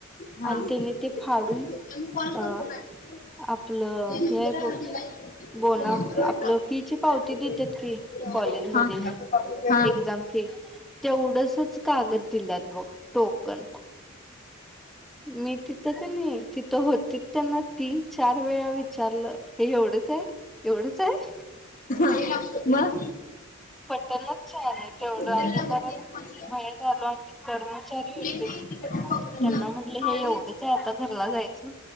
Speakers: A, on the left (about 40°); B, in the centre.
A: हा
B: आणि त्यांनी ते फाडून
A: आम्ही कॉल करतो
B: अ
A: मॅडमला.
B: आपलं
A: त्या नंबर
B: हे आहे बघ
A: दिलाय त्या
B: बोन आपलं
A: नंबरवर कॉल
B: फीची पावती
A: करतो.
B: देतात की
A: हा
B: कॉलेज
A: हा हा
B: मध्ये एक्झाम फी तेवढंसच कागद दिल्यात बघ टोक पण मी तिथं का नाही त ते होतीच त्यांना तीन चार वेळा विचारलं हे एवढंच आहे एवढंच आहे.
A: - <inaudible> मग
B: पटनच झालय तेवढं
A: कुठे
B: आणि
A: लागत
B: परत
A: नाही खाली.
B: बाहेर आलो आणि ख कर्मचारी
A: प्लेन
B: होतीत
A: आहे तिकडं कोपऱ्याला
B: त्यांना म्हटले
A: खाली
B: हे एवढेच आहे आता घरला जायचं